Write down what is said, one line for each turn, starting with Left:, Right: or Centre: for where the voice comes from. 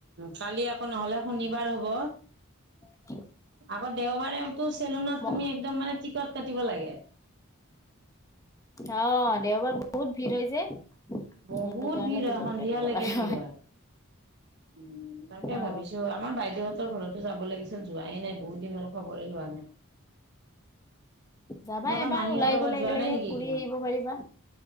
Right: কালি আকৌ নহলে শনিবাৰ হ'ব
Left: অ <inaudible>
Right: আকৌ দেওবাৰেতো চেলুনত
Left: উম। অ
Right: তুমি একদম মানে টিকট কাটিব লাগে
Left: অ দেওবাৰ বহুত ভিৰ হয় যে
Right: বহুত
Left: সেইকাৰণে
Right: ভিৰ
Left: টিকট
Right: হয় সন্ধিয়ালৈকে
Left: কাটিব লগা
Right: ভিৰ হয় উম তাকে
Left: অ অ
Right: ভাবিছো আমাৰ বাইদেউ ঘৰতো যাব লাগিছিল যোৱাই নাই বহুত দিন হ'ল খবৰে লোৱা নাই
Left: যাবা
Right: তহঁতৰ
Left: এবাৰ
Right: মাহীহঁতৰ
Left: ওলাই
Right: ঘৰত
Left: গলে
Right: যোৱা
Left: একেলগে
Right: নাই নেকি
Left: ফুৰি
Right: এইকেইদিন?
Left: আহিব পাৰিবা